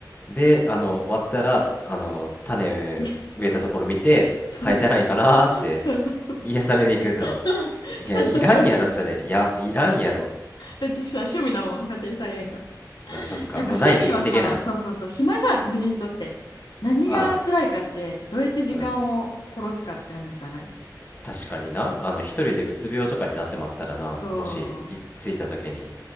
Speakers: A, on the left; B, on the left.
A: で、あの、終わったら、あの、種
B: <laughs> そう
A: 植えたところ見て、
B: そう
A: 生えてないかなーって、
B: そうそうそう。
A: 癒されに行くの。
B: <laughs>
A: いや、
B: そうそうそう
A: いらんやろ、それ。や、いらんやろ。
B: だってさ趣味だもん家庭菜園が
A: あ、そっか。
B: やっぱ趣味はさそうそうそう暇じゃん無人島って何が辛いかってどうやって時間を殺すかって話じゃない
A: もうないと生きていけない。あ、うん。確かにな。あの、一人でうつ病とかになってまったらな。
B: そう
A: もし、い、着いた時に。